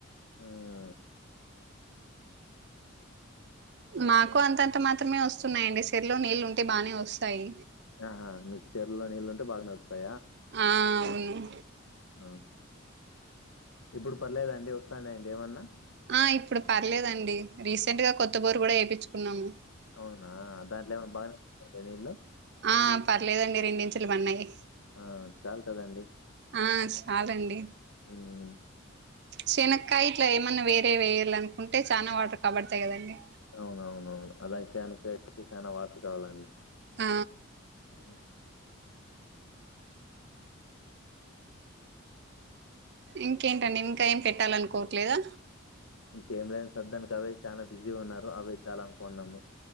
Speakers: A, on the left (about 80°); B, on the right (about 55°).
A: ఉహ్మ్
B: మాకు అంతంతా మాత్రమే వస్తున్నాయండి సరలో నీళ్ళు ఉంటే బానే వస్తాయి
A: ఆహా మీకు చెరువులో నీళ్ళు ఉంటే బాగానే వ
B: ఆ అవును
A: ఆ ఇప్పుడు పర్లేదాండి వస్తాయానండి ఏమన్నా
B: ఆ ఇప్పుడు పర్లేదండి రీసెంట్ గా కొత్త బోరు కూడా ఎపించుకున్నాము
A: అవునా దాంట్లో ఏమన్నా బాగానే వస్తాయా నీళ్ళలు
B: ఆ పర్లేదండి రెండించూలు పన్నాయి
A: ఆ చాలు కదండి
B: ఆ సాలండి
A: హ్మ్.
B: శనక్కాయ ఇట్ల ఏమన్నా వేరే వేయాలనుకుంటే చానా వాటర్ కబడతాయి గదండి
A: అవునవునవును అదైతే అనక చానా వాటర్ కావాలండి
B: ఆ
A: హ <unintelligible>
B: ఇంకేంటండి ఇంకా ఏం పెట్టాలనుకోవట్లేదా
A: ఇంకేం లేదు సర్దెనక అవే చానా బిజీగా ఉన్నారు అవే చాలనుకోన్నాము